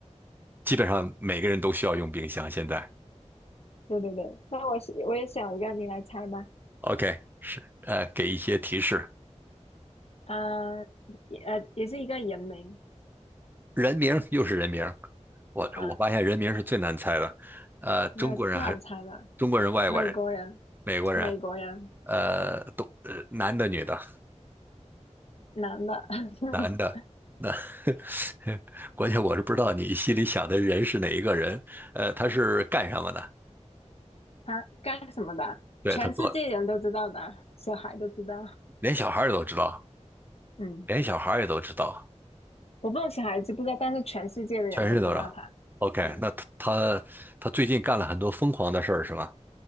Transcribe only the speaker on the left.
对对对，那我是我也想一个，你来猜吧。
嗯，也呃也是一个人名
啊，
没有是最好猜的，
美国人，
美国人。
男的，<laughs>
他干什么的？
全世界人都知道的，
小孩都知道。
嗯，
我不懂小孩知不知道，但是全世界的人都知道他。
嗯，